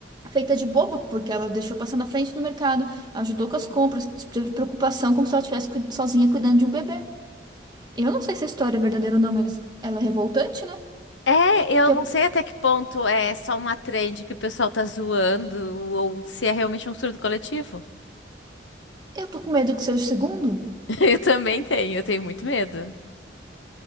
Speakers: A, on the right; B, on the left.
A: feita de boba, porque ela deixou passar na frente do mercado, ajudou com as compras, teve preocupação como se ela estivesse cui- sozinha cuidando de um bebê. Eu não sei se a história é verdadeira ou não, mas ela é revoltante, né?
B: É, eu
A: Porque
B: não sei até que ponto é só uma trend que o pessoal tá zoando ou se é realmente um surto coletivo.
A: eu tô com medo que seja o segundo.
B: <laughs> Eu também tenho, eu tenho muito medo.